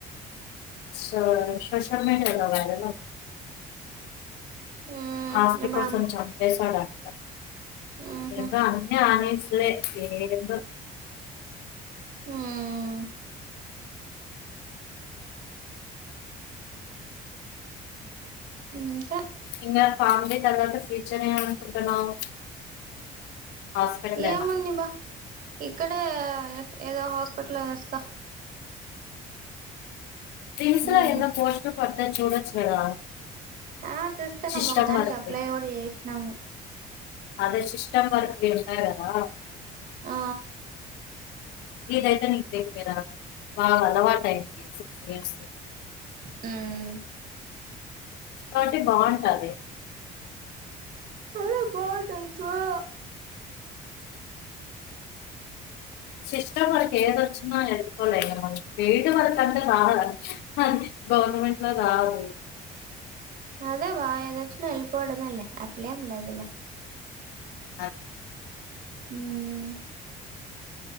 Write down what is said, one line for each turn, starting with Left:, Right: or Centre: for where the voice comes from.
Left: సో సోషల్ మీడియాలో వైరల్ అవు
Right: మ్మ్
Left: ఆస్తి
Right: ఇప్పుడు
Left: కోసం
Right: అం
Left: చంపేశాడంట
Right: మ్హూ
Left: ఏందో అన్ని ఆనేసి లే ఏందో
Right: హ్మ్ అంతే
Left: ఇంగ ఫ్యామిలీ తరువాత ఫ్యూచర్ ఏమనుకుంటున్నావ్ హాస్పిటల్నా
Right: ఏముంది బా ఇక్కడే ఏదో హాస్పిటల్లో వేస్తా
Left: కిమ్స్
Right: మ్మ్
Left: లో ఎన్నో పోస్ట్లు పడ్డాయి చూడొచ్చు కదా
Right: ఆ చూస్తాన్నాం
Left: సిస్టమ్
Right: ఒక దానికి
Left: వర్క్
Right: అప్లై కూడా చేసినాము
Left: అదే సిస్టం వర్క్ చేసినా కదా
Right: ఆ
Left: ఇదైతే నీకు దగ్గరా బా అలవాటు అయింది సిక్స్ ఇయర్స్
Right: హ్మ్
Left: కాబట్టి బాంటది
Right: అదే బాగుంటాది చూడల
Left: సిస్టం వర్క్ ఏది వచ్చిన ఎపోలే ఫీల్డ్ వర్క్ అంటే బాగా <unintelligible> గవర్నమెంట్ లో రావు
Right: అదే వా ఏదొచ్చిన ఎలిపోడమలే అట్లేమ్ లేదులే
Left: అ
Right: హ్మ్